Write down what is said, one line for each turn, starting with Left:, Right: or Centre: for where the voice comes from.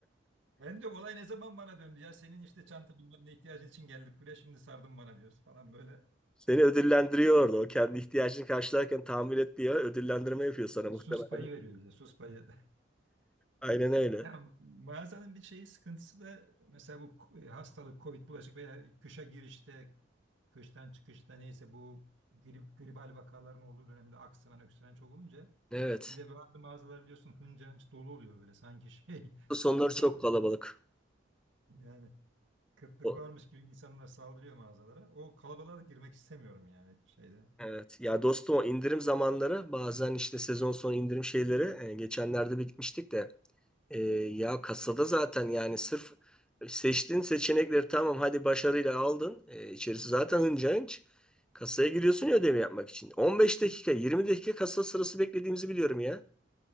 Right: Ben diyorum olay ne zaman bana döndü ya senin işte çanta bilmem ne ihtiyacın için geldik buraya şimdi sardın bana diyoruz falan böyle.
Centre: Seni ödüllendiriyor orada. O kendi ihtiyacını karşılarken tahmin et diye ödüllendirme yapıyor
Right: E,
Centre: sana muhtemelen.
Right: Sus payı veriyor bize sus payı. <laughs>
Centre: Aynen öyle.
Right: Ya mağazanın bir şeyi sıkıntısı da mesela bu k- hastalık, Covid bulaşık veya kışa girişte, kıştan çıkışta neyse bu grip, gribal vakaların olduğu dönemde aksıran, öksüren çok olunca
Centre: Evet.
Right: bir de bazı mağazalar biliyorsun hınca hınç dolu oluyor böyle sanki şey <laughs>
Centre: Bu sonları
Right: kıtlık
Centre: çok
Right: varmış
Centre: kalabalık.
Right: yani kıtlık
Centre: O-
Right: varmış gibi insanlar saldırıyor mağazalara. O kalabalığa da girmek istemiyorum yani şeyde.
Centre: Evet. Ya dostum o indirim zamanları bazen işte sezon sonu indirim şeyleri e, geçenlerde bir gitmiştik de E, ya kasada zaten yani sırf seçtiğin seçenekleri tamam hadi başarıyla aldın. E, içerisi zaten hınca hınç. Kasaya giriyorsun ya ödevi yapmak için. 15 dakika 20 dakika kasa sırası beklediğimizi biliyorum ya.